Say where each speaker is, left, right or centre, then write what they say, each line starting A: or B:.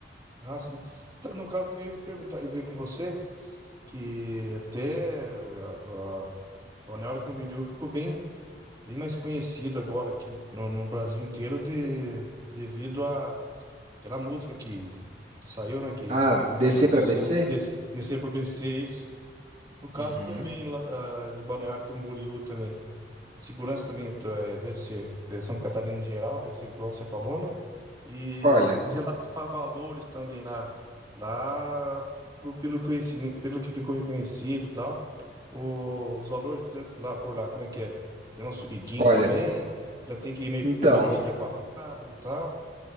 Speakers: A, on the right; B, on the right.
A: Ah, sim. Então, no caso, também eu ia perguntar, eu ia ver com você que até é, a, a Balneário Camboriú ficou bem, bem mais conhecido agora aqui no, no Brasil inteiro de, devido a Aquela música que, que saiu, né? Que
B: Ah,
A: fez
B: descer
A: bastante
B: para
A: sucesso
B: BC?
A: de des- descer para BC, isso. No caso
B: Uhum.
A: também, lá, ah, em Balneário Camboriú também. A segurança também tá, é, deve ser, é, Santa Catarina em geral, deve ser igual você falou, né? E
B: Olha,
A: em relação a valores também lá, lá pro- pelo conhecimento, pelo que ficou reconhecido e tal, o- os valores eh, lá por lá, como é que é? Deu uma subidinha
B: Olha,
A: também, já tem que ir meio,
B: então,
A: um pouco mais preparado e tal.